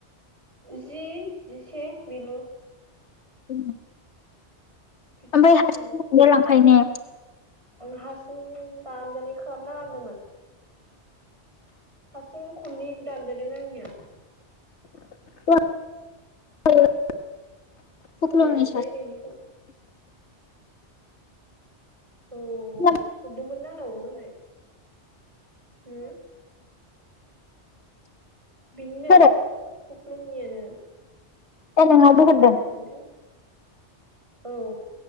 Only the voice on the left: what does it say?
उम
ओमफ्राय
हारसिंज
<unintelligible> लांखायो ने
<unintelligible> फुख्लुंनि
सासे
सोरो
ए नोंनावबो
हरदों